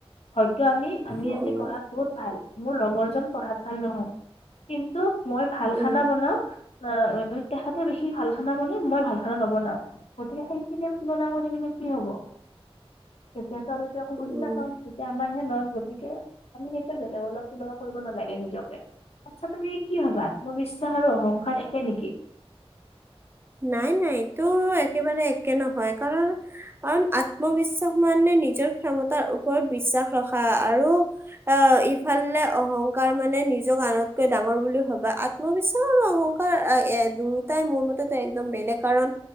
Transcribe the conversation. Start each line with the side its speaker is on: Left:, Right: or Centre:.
Left: হয়তো আমি আমি
Right: উম
Left: আজি পঢ়াত বহুত ভাল মোৰ লগৰজন পঢ়াত ভাল নহয় কিন তো মই ভাল খানা
Right: উম
Left: বনাওঁ। অ' তেখেতে বেশি ভাল খানা বনায়। মই ভাল খানা নবনাওঁ। গতিকে সেইখিনি বনাব দি কেনে কি হব? তেতিয়াতো আমিটো একো বুজি
Right: উম
Left: নাপাম । যেতিয়া আমাৰহে লাজ। গতিকে আমি এতিয়া বেলেগৰ অলপ তুলনা কৰিব নালাগে নিজক। আচ্ছা তুমি কি ভাবা, আত্মবিশ্বাস আৰু অহংকাৰ একে নেকি?
Right: নাই নাই এইটো একেবাৰে একে নহয় । কাৰণ- কাৰণ আত্মবিশ্বাস মানে নিজৰ ক্ষমতাৰ ওপৰত বিশ্বাস ৰখা । আৰু অ' ইফালে অহংকাৰ মানে নিজক আনতকৈ ডাঙৰ বুলি ভবা । আত্মবিশ্বাস আৰু অহংকাৰ এ- দুয়োটাই মোৰ মতেতো একদম বেলেগ কাৰণ